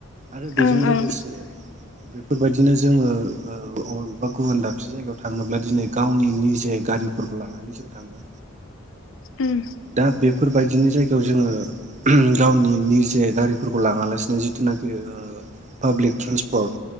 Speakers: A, on the right; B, on the left.
A: आरो बेजों
B: ओं
A: लोगोसे
B: ओं
A: बेफोरबायदि बिदिनो जोङो ओ अबेबा गुबुन दाबसे जायगायाव थांनोब्ला दिनै गावनि निजे गारिफोरखौ लानानै जों थाङो।
B: उम
A: दा बेफोरबायदि बिनो जाय गायाव जोङो गावनि निजे गारिफोरखौ लाङा लासिनो जिथुनाखि ओ पाब्लिक ट्रेन्सपर्ट